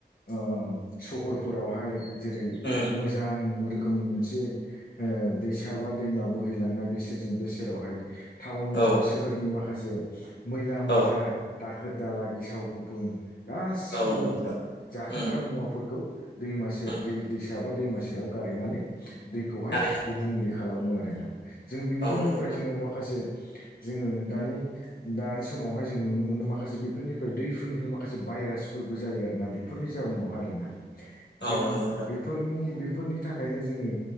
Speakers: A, on the left; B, on the left.
A: ओ सहरफोरावहाय जेरै
B: उम
A: मोजां रोखोमै मोनसे ओ दैसा बा दैमा बोहैलांनाय बे सेरजों बे सेरावहाय टाउननि
B: औ
A: सोहोरनि माखासे मैला
B: औ
A: मैथा
B: औ
A: दाखोर दाला गेसाव गुफुन गासिखौबो
B: नंगौ नोंथां
A: जाखोन्दा
B: उम
A: मुवाफोरखौ दैमा सेर
B: उम
A: दै दैसाबा दैमा सेराव गारहैनानै दैखौहाय
B: थारैनो
A: गुबुंले खालामो आरोना जों बेफोरनिफ्राय
B: औ नंगौ नोंथां
A: जोङो माखासे जोङो दानि दानि समावहाय जों नुनो मोनो माखासे बेफोरनिफ्राय दैफोरनिफ्राय माखासे भाइ रासफोरबो जायो आरोना बेफोरनि जाउनाव आरोना
B: औ
A: जों
B: औ नंगौ नोंथां
A: बेफोरनि बेफोरनि थाखायनो जोङो